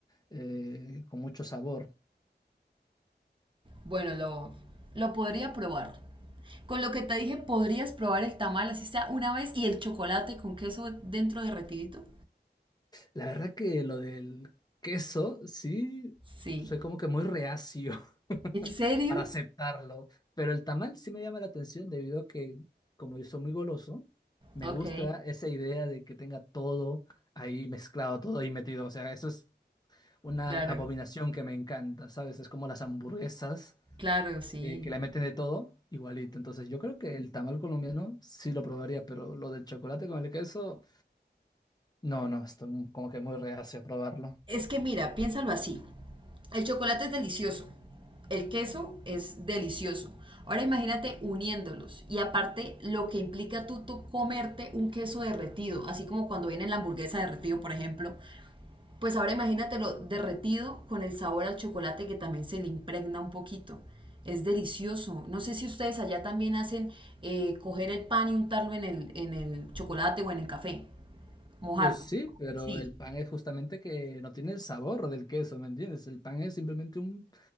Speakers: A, on the left (about 20°); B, on the right (about 25°).
A: eh, con mucho sabor.
B: Bueno, lo, lo podría probar. Con lo que te dije, podrías probar el tamal, así está, una vez, y el chocolate con queso dentro derretidito.
A: La verdad que lo del queso, sí,
B: Sí.
A: soy como que muy reacio <laughs>
B: ¿En serio?
A: para aceptarlo. Pero el tamal sí me llama la atención debido a que, como yo soy muy goloso, me
B: Ok,
A: gusta esa idea de que tenga todo ahí mezclado, todo ahí metido. O sea, eso es. una
B: claro,
A: abominación que me encanta, ¿sabes? Es como las hamburguesas
B: claro, sí.
A: eh, que le meten de todo, igualito. Entonces, yo creo que el tamal colombiano sí lo probaría, pero lo del chocolate con el queso, no, no, estoy mu- como que muy reacio a probarlo.
B: Es que mira, piénsalo así. El chocolate es delicioso, el queso es delicioso. Ahora imagínate uniéndolos y aparte lo que implica tú, tú comerte un queso derretido, así como cuando viene la hamburguesa derretido, por ejemplo, Pues ahora imagínatelo derretido con el sabor al chocolate que también se le impregna un poquito. Es delicioso. No sé si ustedes allá también hacen eh, coger el pan y untarlo en el, en el chocolate o en el café. Mojarlo.
A: Pues sí, pero
B: Sí,
A: el pan es justamente que no tiene el sabor del queso, ¿me entiendes? El pan es simplemente un